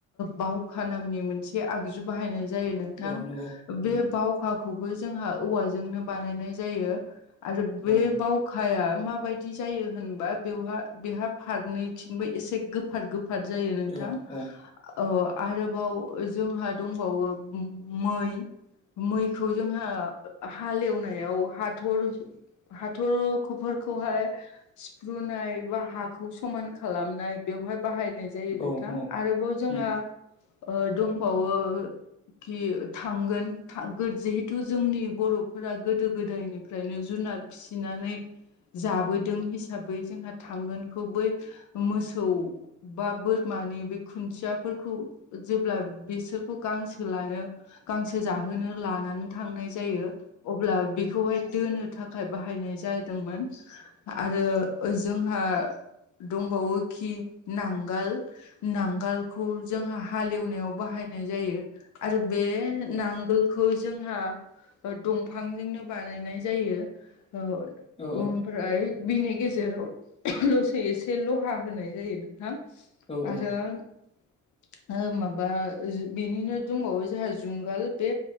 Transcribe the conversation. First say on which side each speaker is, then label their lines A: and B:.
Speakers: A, on the left (about 70°); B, on the left (about 20°).
A: बावखा नामनि मोनसे आगजु बाहायनाय जायो नोंथां
B: औ नंगौ उम
A: बे बावखाखौबो जोंहा औवाजोंनो बानायनाय जायो। आरो बे
B: औ
A: बाव खाया माबायदि जायो होनबा बेवहा बेहा फारनैथिंबो एसे गोफार गो फार जायो नोंथां।
B: औ औ
A: औ आरोबाव जोंहा दंबावो मै मैखौ जोंहा हालेवनायाव हाथर हाथरखफोरखौहाय सिफ्रुनाय बा हाखौ समान खालामनाय बेवहाय बाहायनाय जायो
B: औ
A: नोंथां
B: उम औ
A: आरोबाव जोंहा
B: उम औ
A: दंबावो खि थांगोन जिहेथु जोंनि बर'फोरा गोदो गोदायनिफ्रायनो जुनार फिसिनानै जाबोदों हिसाबै जोंहा थांगोनखौ बै मोसौव बा बोरमानि बे खुन्थियाफोरखौ जेब्ला बिसोरखौ गांसो लानो गांसो जाहोनो लानानै थांनाय जायो। अब्ला बेखौहाय दोनो थाखाय बाहायनाय जादोंमोन आरो जोंहा दंबावोखि नांगोल नांगोलखौ जोंहा हालेवनायाव बाहायनाय जायो। आरो बे नां गोलखौ जोंहा दंफांजोंनो बानायनाय जायो ओ।
B: औ
A: उम ओमफ्राय बिनि गेजेरावलसे एसे लहा होनाय जायो नोंथां।
B: औ
A: आरो
B: औ
A: माबा बेनिनो दंबावो जोंहा जुंगाल बे